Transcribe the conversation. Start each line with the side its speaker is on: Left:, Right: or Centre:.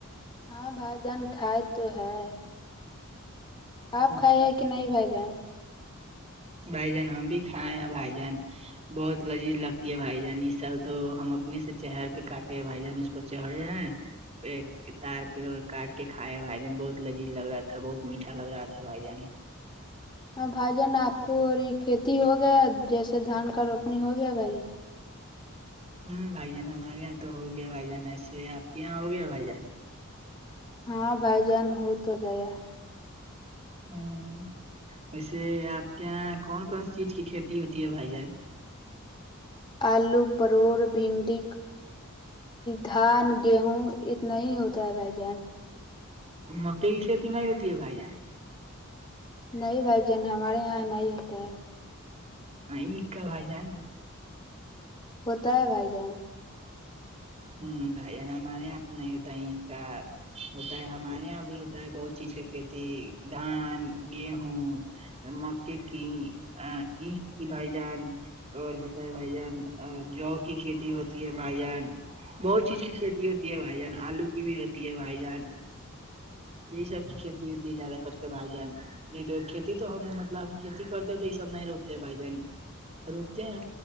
Left: ہاں بھائی جان کھائے تو ہے
Right: پکا
Left: آپ کھائے جائ کہ نہیں بھیھ جائیں
Right: بھائی جان ہم بھی کھائے ہیں بھائی جان بہت لذیذ لگتی ہے بھائی جان اس سال تو ہم اپنے سے چہر کے کاٹے ہیں بھائی جان اس پر چ ہڑے ہیںیں <inaudible> تار پہ اور کاٹ کے کھائے بھائی جان بہت لذیذ لگ رہا تھا بہت میٹھا لگ رہا تھا بھائی جان
Left: ہاں بھائی جان آپ کو اور کھیتی ہو گیا جیسے دھان کا روپنی ہو گیا بھائی
Right: ہوں بھائی جان ہمارے یہاں تو ہو گیا بھائی جان ایسے آپ کے یہاں ہو گیا بھائی جان
Left: ہاں بھائی جان ہو تو گیا
Right: ہوں ویسے آپ کے یہاں کون کون چیز کی کھیتی ہوتی ہے بھائی جان
Left: آلو پروڑ بھنڈی دھان گیہوں اتنا ہی ہوتا ہے بھائی جان
Right: مکئی کی کھیتی نہیں ہوتی ہے بھائی جان
Left: نہیں بھائی جان ہمارے یہاں نہیں ہوتا ہے
Right: ہ ع کا آائی جائے نا <inaudible>
Left: ہوتا ہے بھائی جان
Right: ہوں گ جان مارے آت نہیں ہوت کا <inaudible> ہوتا ہے ہمارے یہاں بھی ہوتا ہے بہت چیز کا کھیتی دھان گیہوں مکے کی اکھ کی بھائی جان اور بتائے بھائی جان <inaudible> جوو کی کھیتی ہوتی ہے بھائی جان بہت چیز کی کھیتی ہوتی ہے بھائی جان آلو کی بھی ہوتی ہے بھائی جان یہی سب کی کھیتی ہوتی ہے زیادہ کر کے بھائی جان نہیں تو کھیتی تو ہم مطلب ہم کھیتی کرتے تو یہ سب نہیں روپتے بھائی جان روکتے ہیں